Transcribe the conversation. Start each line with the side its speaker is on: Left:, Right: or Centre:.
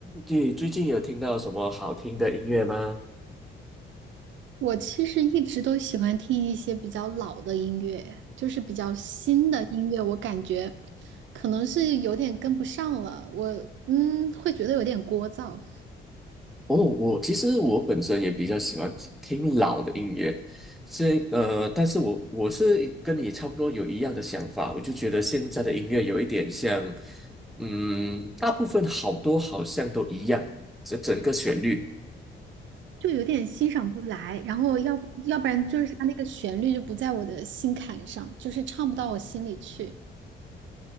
Centre: 你最近有听到什么好听的音乐吗？
Right: 我其实一直都喜欢听一些比较老的音乐，就是比较新的音乐，我感觉可能是有点跟不上了。我嗯，会觉得有点聒噪，
Centre: 哦，我其实我本身也比较喜欢听听老的音乐，是呃，但是我我是跟你差不多有一样的想法，我就觉得现在的音乐有一点像，嗯，大部分好多好像都一样，这整个旋律。
Right: 就有点欣赏不来。然后要要不然就是它那个旋律就不在我的心坎上，就是唱不到我心里去。